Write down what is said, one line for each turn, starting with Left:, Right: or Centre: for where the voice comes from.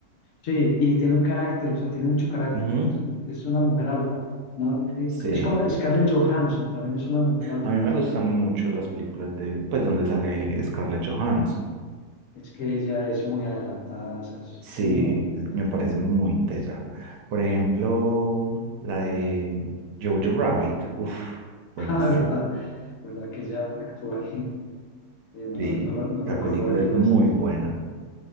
Left: Sí, y tiene un carácter, o sea, tiene mucho carácter.
Right: Ujú,
Left: Es, es una mujer alfa. No, no, eh,
Right: Sí.
Left: es como Scarlett Johansson, también es una mujer alfa.
Right: A mí me gustan mucho las películas de, pues donde sale Scarlett Johansson.
Left: Es que ella es muy adelantada, o sea, es
Right: Sí,
Left: muy vital.
Right: me parece
Left: <laughs>
Right: muy tesa. Por ejemplo, la de Jojo Rabbit, uff, buenísima.
Left: Ah, verdad, verdad que ella actúa ahí. Eh, no,
Right: Sí,
Left: la- no la- no
Right: esa
Left: recordaba
Right: película
Left: que
Right: es muy
Left: ella estaba.
Right: buena.